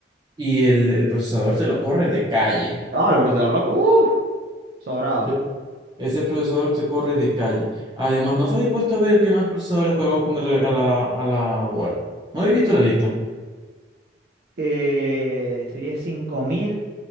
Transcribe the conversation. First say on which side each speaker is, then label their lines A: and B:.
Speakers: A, on the right; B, on the right.
A: y el, el procesador te lo corre de calle.
B: No, el procesador loco, uff, sobrado.
A: Sí. Ese procesador te corre de calle. Además, no te habéis puesto a ver qué más procesadores podemos ponerle a la, a la board. ¿No habéis visto la lista?
B: eh, sería cinco mil